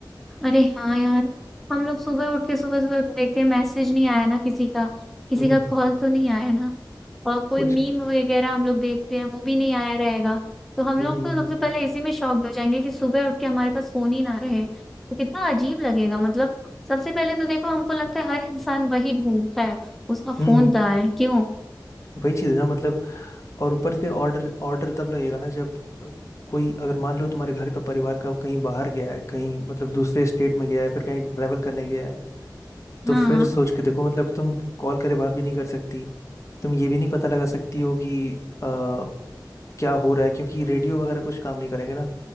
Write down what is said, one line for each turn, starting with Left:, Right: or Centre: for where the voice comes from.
Centre: अरे हाँ यार हम लोग सुबह उठ के सुबह सुबह देखते हैं मैसेज नहीं आया ना किसी का किसी
Left: हम्म,
Centre: का कॉल तो नहीं आया ना और
Left: कुछ
Centre: कोई मीम वगैरह हम लोग देखते हैं वो भी नहीं आया रहेगा तो हम
Left: हम्म
Centre: लोग तो सबसे
Left: हम्म
Centre: पहले इसी में शॉक्ड हो जाएंगे कि सुबह उठ के हमारे पास फोन ही ना रहे तो कितना अजीब लगेगा मतलब सबसे पहले तो देखो हमको लगता है हर इंसान वही ढूंढता है उसका
Left: हम्म,
Centre: फोन
Left: हम्म,
Centre: कहाँ है क्यों
Left: वही चीज है ना मतलब और ऊपर से ऑर्डर ऑर्डर तब लगेगा ना जब अ, कोई अगर मान लो तुम्हारे घर का परिवार का कहीं बाहर गया है कहीं मतलब दूसरे स्टेट में गया है फिर कहीं ट्रैवल करने गया है तो
Centre: हाँ
Left: फिर सोच के देखो मतलब तुम कॉल करे बात भी नहीं कर सकती तुम ये भी नहीं पता लगा सकती हो कि आ, क्या हो रहा है क्योंकि रेडियो वगैरह कुछ काम नहीं करेंगे ना